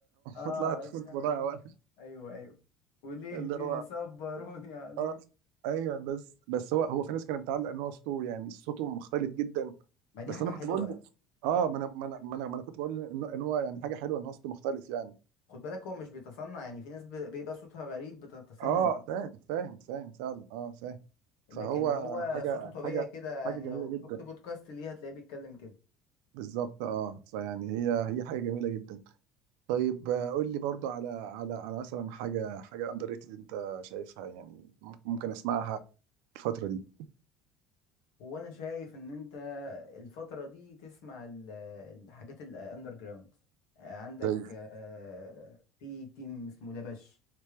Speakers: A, on the left; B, on the right.
A: اه
B: وطلعت
A: اتخانق.
B: <laughs> كنت بضيع
A: <laughs>
B: وقت
A: ايوه ايوه وليه
B: اللي
A: بيصبروني
B: هو
A: عليه
B: اه ايوه بس بس هو هو في ناس كانت بتعلق ان هو صوته يعني صوته مختلف جدا
A: ما دي
B: بس
A: حاجه
B: انا
A: حلوه
B: كنت بقول اه ما انا ما انا ما انا ما أنا كنت بقول ان إن هو يعني حاجه حلوه ان هو صوته مختلف يعني
A: خد بالك هو مش بيتصنع يعني في ناس ب- بيبقى صوتها غريب بتتصنع
B: اه فاهم فاهم فاهم فعلا اه فاهم
A: لكن
B: فهو
A: هو
B: حاجه
A: صوته طبيعي
B: حاجه
A: كده
B: حاجه
A: يعني
B: جميله
A: لو
B: جدا
A: شفت بودكاست ليه هتلاقيه بيتكلم كده
B: بالظبط اه فيعني هي هي حاجه جميله جدا طيب آه، قول لي برضو على على على مثلا حاجه حاجه اندر ريتد انت شايفها يعني ممكن ممكن اسمعها الفتره دي
A: هو انا شايف ان انت الفترة دي تسمع ال- الحاجات الاندر جراوند عندك
B: زي
A: آه، في تيم اسمه لبش